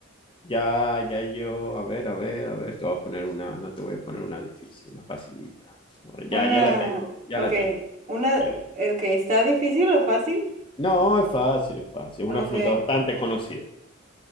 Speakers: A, on the left; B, on the right.
A: Ya, ya yo, a ver, a ver, a ver, te voy a poner una, no te voy a poner una difícil, una facilita. Bueno,
B: una,
A: Ya, ya la tengo, ya
B: ok,
A: la tengo.
B: una,
A: ya la-
B: eh, ok, ¿está difícil o fácil?
A: No, es fácil, es fácil. Es
B: Ok,
A: una fruta bastante conocida.